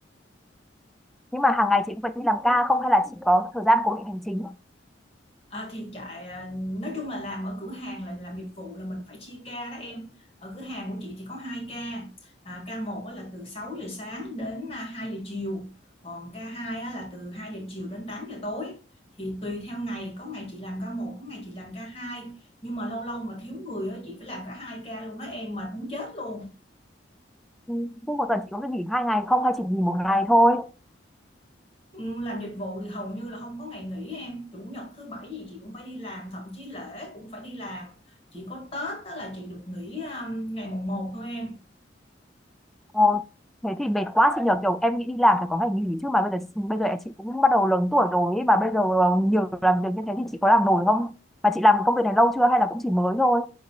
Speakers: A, in the centre; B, on the left (about 30°).
A: Nhưng mà hàng ngày chị cũng phải đi làm ca không hay là chị có thời gian cố định hành chính?
B: À, thì chạy à, nói chung là làm ở cửa hàng là làm dịch vụ là mình phải chia ca đó em ở cửa hàng của chị thì có hai ca à, ca một á là từ 6 giờ sáng đến à, 2 giờ chiều còn ca hai á là từ 2 giờ chiều đến tám giờ tối thì tùy theo ngày có ngày chị làm ca một có ngày chị làm ca hai nhưng mà lâu lâu mà thiếu người á, chị phải làm cả hai ca luôn đó em mệt muốn chết luôn
A: Ừ, thế một tuần chị có được nghỉ hai ngày không hay chỉ nghỉ một ngày thôi?
B: Ừ, làm dịch vụ thì hầu như là không có ngày nghỉ em chủ nhật thứ bảy gì chị cũng phải đi làm thậm chí lễ cũng phải đi làm chỉ có Tết đó là chị được nghỉ um, ngày mùng một thôi em
A: Ờ, thế thì mệt quá chị nhờ kiểu em nghĩ đi làm phải có ngày nghỉ chứ mà bây giờ bây giờ chị cũng bắt đầu lớn tuổi rồi ấy, mà bây giờ nhiều làm việc như thế thì chị có làm nổi không? Mà chị làm công việc này lâu chưa hay là cũng chỉ mới thôi?